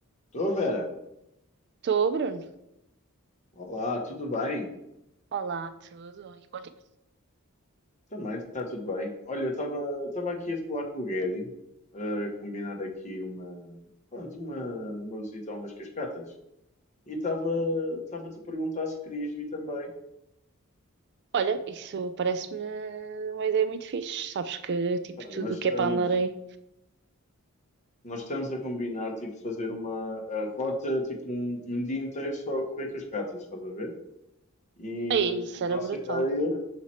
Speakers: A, on the left; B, on the right.
A: Estou, Vera.
B: Estou, Bruno.
A: Olá, tudo bem?
B: Olá, tudo e contigo.
A: Também está tudo bem. Olha, eu estava estava aqui a falar com o Gary, a combinar aqui uma, pronto, uma, uma visita a umas cascatas. E estava estava-te a perguntar se querias vir também.
B: Olha, isso parece-me uma ideia muito fixe. Sabes que, tipo,
A: Pá,
B: tudo
A: nós
B: o
A: estamos,
B: que é para andar aí.
A: nós estamos a combinar, tipo, fazer uma a rota, tipo, um, um dia inteiro só a correr cascatas, estás a ver? E
B: Aí, isso era
A: nossa
B: brutal.
A: ideia...